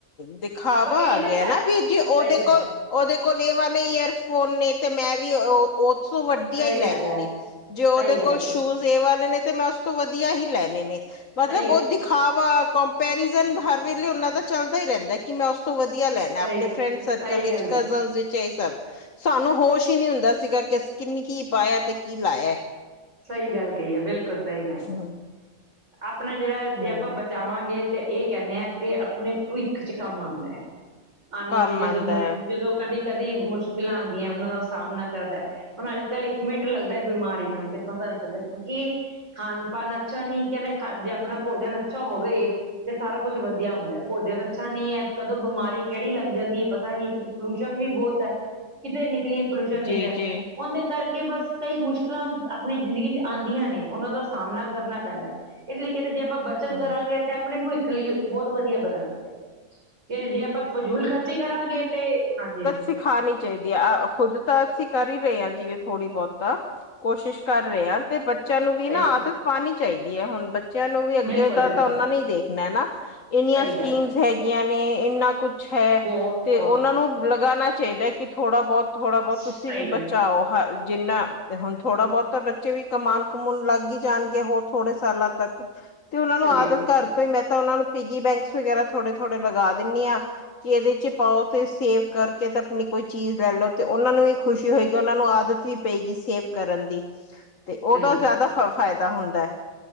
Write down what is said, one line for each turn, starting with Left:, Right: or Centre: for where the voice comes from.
Left: ਦਿਖਾਵਾ
Right: ਆਪਾਂ ਕਹੀਏ
Left: ਆ ਗਿਆ
Right: ਕਿ
Left: ਨਾ ਵੀ ਜੇ ਉਹਦੇ
Right: ਸਹੀ ਗੱਲ
Left: ਕੋਲ ਉਹਦੇ ਕੋਲ ਇਹ ਵਾਲੇ 'ਈਅਰਫੋਨ' ਨੇ ਤੇ ਮੈਂ ਵੀ ਉਹ ਉੋਂ ਵੱਡਆ
Right: ਸਹੀ
Left: ਹੀ ਲੈਣੇ
Right: ਗੱਲ ਹੈ
Left: ਨੇ, ਜੇ ਉਹਦੇ
Right: ਸਹੀ ਗੱਲ
Left: ਕੋਲ
Right: ਹੈ,
Left: 'ਸ਼ੂਜ' ਇਹ ਵਾਲੇ ਨੇ ਤੇ ਮੈਂ ਤੋਂ ਵਧੀਆ ਹੀ ਲੈਣੇ ਨੇ, ਮਤਲਬ
Right: ਸਹੀ
Left: ਬਹੁਤ
Right: ਗੱਲ
Left: ਦਿਖਾਵਾ 'ਕੰਪੈਰੀਜ਼ਨ' ਹਰ ਵੇਲੇ ਉਹਨਾਂ ਦਾ ਚੱਲਦਾ ਹੀ ਰਹਿੰਦਾ। ਕਿ ਮੈਂ ਉਸ ਤੋਂ ਵਧੀਆ ਲੈਣਾ
Right: ਸਹੀ
Left: ਆਪਣੇ 'ਫਰੈਂਡ ਸਰਕਲ'
Right: ਸਹੀ
Left: ਵਿੱਚ
Right: ਗੱਲ
Left: ਵਿੱਚ ਇਹ ਸਭ ਸਾਨੂੰ 'ਹੋਸ਼' ਹੀ ਨਹੀਂ ਹੁੰਦਾ ਸੀਗਾ, ਕਿ ਅਸੀਂ ਕਿੰਨੀ ਕੀ ਪਾਇਆ ਤੇ ਕੀ ਲਾਇਆ।
Right: ਸਹੀ ਗੱਲ ਕਹੀਏ, ਬਿਲਕੁਲ ਸਹੀ ਗੱਲ।
Left: ਹਮ
Right: ਹੈ ਆਪਣਾ ਜਿਹੜਾ ਜੇ
Left: ਹਮ
Right: ਆਪਾਂ ਬਚਾਵਾਂਗੇ। ਤੇ ਇਹ ਕਹਿੰਦੇ ਆ ਕਿ ਆਪਣੇ ਭਵਿੱਖ ਚ ਕੰਮ ਆਉਂਦਾ ਹੈ। ਆਉਣ
Left: ਕੰਮ
Right: ਵਾਲੀ ਜਦੋਂ,
Left: ਆਉਂਦਾ ਹੈ
Right: ਜਦੋਂ ਕਦੀ ਕਦੀ 'ਮੁਸ਼ਕਿਲਾਂ' ਆਉਂਦੀਆਂ, ਉਹਨਾਂ ਦਾ ਸਾਹਮਣਾ ਕਰਦਾ। ਹੁਣ ਅੱਜ - ਕੱਲ੍ਹ ਇੱਕ ਮਿੰਟ ਲੱਗਦਾ ਬਿਮਾਰੀਆਂ ਤੇ ਪਤਾ ਨਿਕਲਦਾ। ਕਿਉਂਕਿ ਖਾਣ- ਪਾਨ ਅੱਛਾ ਨਹੀਂ ਕਹਿੰਦੇ ਖਾ ਜੇ ਆਪਣਾ 'ਭੋਜਨ' ਅੱਛਾ ਹੋਵੇ। ਤੇ ਸਾਰਾ ਕੁੱਛ ਵਧੀਆ ਹੁੰਦਾ 'ਭੋਜਨ' ਅੱਛਾ ਨੀ ਹੈ ਕਦੋਂ ਬਿਮਾਰੀ ਕਿਹੜੀ ਲੱਗ ਜਾਂਦੀ ਹੈ ਪਤਾ ਹੀ ਨਿ। ਪੋਲਿਊਸ਼ਨ ਵੀ ਬਹੁਤ ਹੈ। ਕਿਤੇ ਨਿਕਲੀਏ ਪੋਲਿਊਸ਼ਨ ਨਹੀਂ
Left: ਜੀ
Right: ਰਹੇ
Left: ਜੀ
Right: ਉਹਦੇ ਕਰਕੇ ਬਸ ਕਈ ਮੁਸ਼ਕਿਲਾਂ। ਆਪਣੀ ਜ਼ਿੰਦਗੀ ਚ' ਆਉਂਦੀਆਂ ਨੇ। ਉਹਨਾਂ ਦਾ ਸਾਹਮਣਾ ਕਰਨਾ ਪੈਂਦਾ। ਇਸ ਲਈ ਕਹਿੰਦੇ ਜੇ ਆਪਾਂ ਬੱਚ ਇੱਜਤ
Left: ਹਮ
Right: ਕਰਾਂਗੇ ਤੇ ਆਪਣੇ 'ਭਵਿੱਖ'ਲਈ ਬਹੁਤ ਵਧੀਆ ਬਣਾਨਗੇ। ਤੇ ਜੇ ਆਪਾਂ ਫਜੂਲ ਖਰਚ ਕਰਾਂਗੇ ਤੇ ਹਾਂਜੀ।
Left: ਸਿਖਾਨੀ ਚਾਹੀਦੀ ਹੈ। ਖੁਦ ਤਾਂ ਅਸੀਂ ਕਰ ਹੀ ਰਹੇ ਹਾਂ। ਜਿਵੇਂ ਥੋੜ੍ਹੀ ਬੋਹਤ ਤਾਂ ਕੋਸ਼ਿਸ਼ ਕਰ ਰਹੇ ਹਾਂ, ਤੇ ਬੱਚਿਆਂ ਨੂੰ
Right: ਸਹੀ
Left: ਵੀ ਨਾ
Right: ਗੱਲ
Left: ਆਦਤ ਪਾਣੀ ਚਾਹਦੀ ਹੈ ਹੁਣ। ਬੱਚਿਆਂ ਨੂੰ ਵੀ ਅੱਗੇ
Right: ਬਿਲਕੁਲ ਬਿਲਕੁਲ
Left: ਦਾ ਤਾਂ ਉਹਨਾ ਨੇ ਦੇਖਣਾ ਹਨ ਨਾ। ਇੰਨੀਆਂ
Right: ਸਹੀ
Left: ਸਕੀਮਸ
Right: ਗੱਲ ਹੈ
Left: ਹੈਗੀਆਂ ਨੇ ਇੰਨਾ ਕੁਛ ਕੁ ਹੈ।
Right: ਬਹੁਤ
Left: ਤੇ
Right: ਬਹੁਤ
Left: ਉਹਨਾਂ ਨੂੰ ਲਗਾਉਣਾ ਚਾਹੀਦਾ ਕਿ ਥੋੜਾ ਬਹੁਤ, ਥੋੜਾ ਬਹੁਤ
Right: ਸਹੀ
Left: ਤੁਸੀਂ ਵੀ ਬਚਾਓ।
Right: ਗੱਲ ਹੈ
Left: ਹਾਂ ਜਿੰਨਾ ਤੇ ਹੁਣ ਥੋੜਾ ਬਹੁਤਾ ਬੱਚੇ ਵੀ ਕਮਾਨ ਕਮਾਉਣ ਲੱਗ ਹੀ ਜਾਣਗੇ, ਹੋਰ ਥੋੜੇ ਸਾਲਾਂ ਤੱਕ। ਤੇ ਉਹਨਾ ਨੂੰ
Right: ਸਹੀ
Left: ਆਦਤ
Right: ਗੱਲ
Left: ਘਰ ਤੋਂ ਹੀ ਮੈਂ ਤਾਂ ਉਹ ਨੂੰ ਪਿਗੀ ਬੈਂਕਸ ਵਗੈਰਾ ਥੋੜੇ- ਥੋੜੇ ਲਗਾ ਦਿੰਨੀ ਆਂ। ਕਿ ਇਹਦੇ ਚ' ਪਾਓ ਤੇ ਸੇਵ ਕਰਕੇ ਤੇ ਆਪਣੀ ਕੋਈ ਚੀਜ਼ ਲੈ ਲਓ। ਤੇ ਉਹਨਾਂ ਨੂੰ ਵੀ ਖੁਸ਼ੀ ਹੋਏਗੀ ਉਹਨਾਂ ਨੂੰ ਆਦਤ ਵੀ ਪਏਗੀ ਸੇਵ ਕਰਨ ਦੀ।
Right: <inaudible>
Left: ਤੇ ਉਹਦਾ
Right: ਗੱਲ
Left: ਜ਼ਿਆਦਾ ਫ ਫਾਇਦਾ ਹੁੰਦਾ ਹੈ।